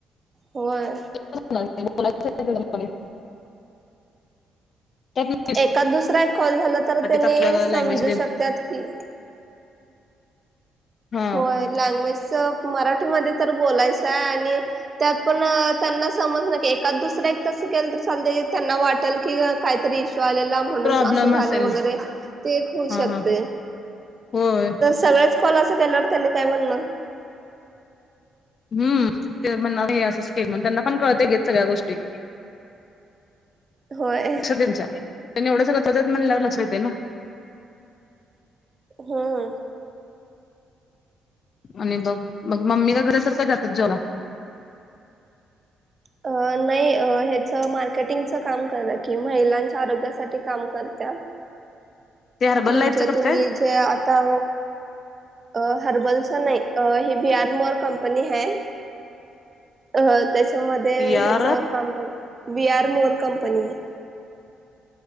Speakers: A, on the right (about 30°); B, on the left (about 50°).
A: होय.
B: यच त्या <unintelligible>
A: एकात दुसऱ्या कॉल झाला तर त्यांनी
B: आपल्या
A: समजू
B: लँग्वेज
A: शकतात की
B: हा
A: होय. लँग्वेजच मराठीमध्ये तर बोलायचं आहे आणि त्यात पण त्यांना समज न एकाद दुसऱ्या तस केलं तर चाल त्यांना वाटेल काहीतरी इशु आलेला म्हणून
B: प्रॉब्लेम
A: असं झालेल
B: असेल
A: वगैरे ते एक होऊ
B: हा
A: शकते.
B: हा होय
A: सगळेच कॉल असं केल्यावर त्यांनी काय म्हणणार
B: हम्म, ते म्हणणार नाही हे असंच केल त्यांना पण कळते की ह्या सगळ्या गोष्टी.
A: होय
B: लक्ष त्यांच्या त्यांनी एवढं सगळं त्वचत <inaudible> म्हणल्यावर लक्षात येते ना.
A: हम्म.
B: आणि बघ मग मम्मी का घरासारखं का जातात जेवाला?
A: अ नाही ह्याच मार्केटिंगच काम कि महिलांच्या आरोग्यासाठी काम करत्यात.
B: ते हर्बल
A: म्हणजे
B: लाईफच करत
A: तुम्ही
B: काय
A: जे आता अ हर्बलचं नाही हे बी, आर, मोर, कंपनी है अ त्याच्यामध्ये
B: ते यार
A: ह्याच काम बी, आर, मोर, कंपनी आहे.